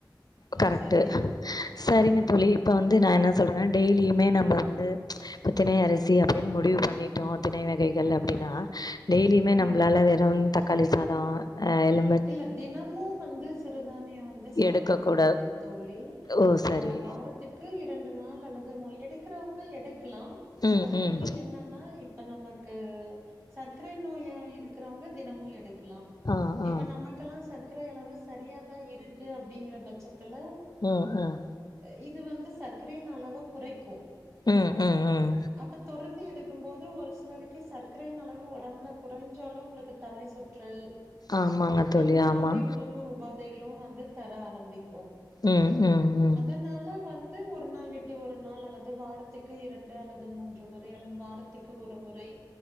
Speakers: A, on the right; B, on the left.
A: ஆ
B: கரெக்ட்டு
A: சரியா இருக்கு
B: சரிங்க தோழி இப்போ வந்து நா என்ன சொல்றேனா டெய்லியுமே நம்ம வந்து இப்ப திணை அரிசி அப்டின் முடிவு பண்ணிட்டோ திணை வகைகள் அப்டின்னா டெய்லியுமே
A: ம்
B: நம்ளால வெறு தக்காளி சாதோ அ எலு
A: இல்ல தினமு வந்து சிறுதானியோ வந்து சாப்ட
B: எடுக்க
A: முடியாது
B: கூட
A: தோழி
B: ஓ சரி
A: ஆ வாரத் துக்கு இரண்டு நாள் அல்லது மூ எடுக்றவங்க எடுக்லா
B: ம்
A: அது
B: ம்
A: வந்து என்ன னா இப்ப நமக்கு சர்க்ரை நோயா இருக்றவங்க தினமு எடுக்லா
B: ஆ
A: இப்ப
B: ஆ
A: நமக்கெல்லா சர்க்ரை அளவு சரியாதா இருக்கு அப்டிங்குற பட்சத்துல
B: ம் ம்
A: எ இது வந்து சர்க்கரையின் அளவ குறைக்கு
B: ம் ம் ம்
A: அப்ப தொடர்ந்து எடுக்கும் போது ஒரு சிலருக்கு சர்க்கரையின் அளவு உட் உடம்புல குறைஞ்சாலு உங்களுக்கு தலை சுற்றல்
B: ஆமாங்க தோழி
A: அந்த மாதிரி
B: ஆமா
A: உடம்பு உபாதைகளு வந்து தர ஆரம்பிக்கு
B: ம் ம் ம்
A: அதுனால வந்து ஒரு நாள் விட்டு ஒரு நாள் அல்லது வாரத்துக்கு இரண்டு அல்லது மூன்று ஒரு முறை அல்லது வாரத்துக்கு ஒரு முறை